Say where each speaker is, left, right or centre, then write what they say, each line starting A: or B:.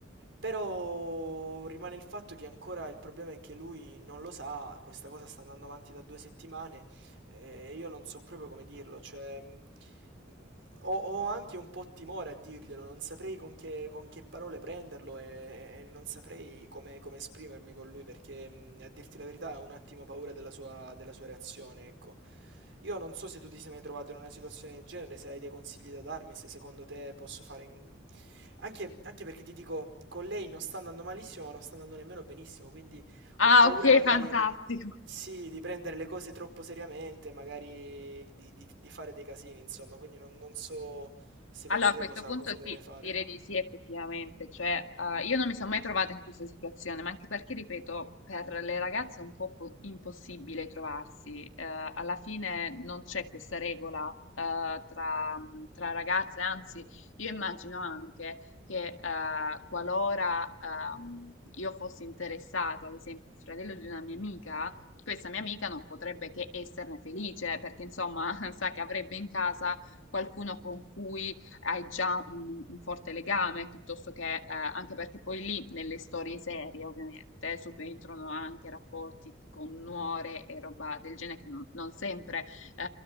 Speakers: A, on the right; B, on the left.
A: però rimane il fatto che ancora il problema è che lui non lo sa, questa cosa sta andando avanti da due settimane eh, io non so proprio come dirlo, cioè, mh, mh, ho, ho anche un po' timore a dirglielo, non saprei con che, con che parole prenderlo e, e non saprei come, come esprimermi con lui, perché, mh, a dirti la verità, ho un attimo paura della sua, della sua reazione, ecco. Io non so se tu ti sei mai trovato in una situazione del genere, se hai dei consigli da darmi, se secondo te posso fare in... Anche, anche perché ti dico, con lei non sta andando malissimo, ma non sta andando nemmeno benissimo, quindi...
B: Ah,
A: Ho paura
B: ok,
A: magari,
B: fantastico.
A: sì, di prendere le cose troppo seriamente, magari di, di- di fare dei casini, insomma, quindi non, non so secondo
B: Allora,
A: te
B: a questo
A: cosa,
B: punto
A: cosa dovrei
B: sì,
A: fare.
B: direi di sì effettivamente, cioè eh, io non mi sono mai trovata in questa situazione, ma anche perché, ripeto, per le ragazze è un po' po- impossibile trovarsi, Eh, alla fine non c'è questa regola eh, tra, tra ragazze, anzi io immagino anche che eh, qualora ehm, io fossi interessata, ad esempio, al fratello di una mia amica, questa mia amica non potrebbe che esserne felice, perché insomma <laughs> sa che avrebbe in casa qualcuno con cui hai già un, un forte legame, piuttosto che eh, anche perché poi lì nelle storie serie ovviamente subentrano anche rapporti con nuore e roba del genere che non, non sempre eh,